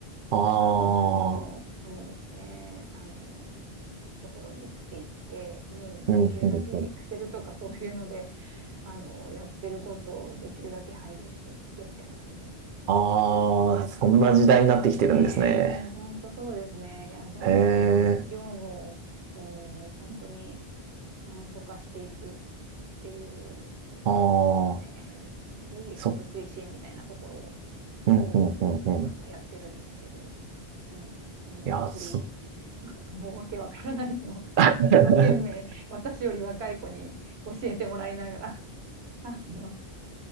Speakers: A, on the right; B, on the right.
A: ああ、
B: 部分の、そうですね、あの、ところに移っていって、もうできるだけ
A: うん、うん、うん。
B: Excel とか <laughs> そういうので、あの、やってることをできるだけ排除していってみたいな、もう
A: ああ、
B: そういう感じとかですよね。
A: そんな時代になってきてるんですね。
B: もう本当そうですね。いや、どんどん業務を、
A: へえ、
B: こう本当に簡素化していく。っていうところですかね。
A: ああ、
B: その DX
A: そ、
B: 推進みたいなとこ
A: うん、
B: ろをなんかやってるんですけど、
A: うん、うん、うん。
B: もう、もうアプリ、
A: いや、そ
B: <laughs> もうわけわからないのを一生懸命私より若い子に教えてもらいながら、
A: <laughs>
B: <laughs> あの、